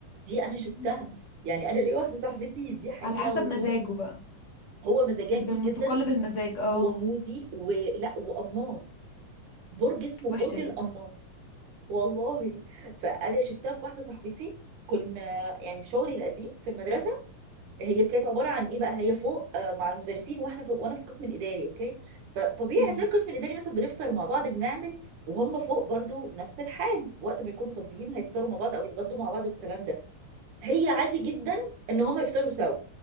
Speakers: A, on the right; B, on the left.
A: دي انا
B: مم.
A: شفتها يعني انا ليا واحده صاحبتي دي حقيقه
B: على حسب
A: والله
B: مزاجه بقى
A: هو مزاجنجي
B: بمتقلب
A: جدا
B: المزاج اه
A: ومودي ولا وقماص برج اسمه
B: وحشة
A: برج
B: دي
A: القماص والله فانا شفتها في واحده صاحبتي كنا يعني في شغلي القديم في المدرسه هي كانت عباره عن ايه بقى هي فوق آه، مع المدرسين واحنا في وانا في القسم الاداري اوكي فطبيعي
B: مم.
A: هتلاقي القسم الاداري مثلا بنفطر مع بعض بنعمل وهم فوق برضو نفس الحال وقت ما يكونوا فاضيين هيفطروا مع بعض او يتغدوا مع بعض والكلام ده هي عادي جدا ان هم يفطروا سوا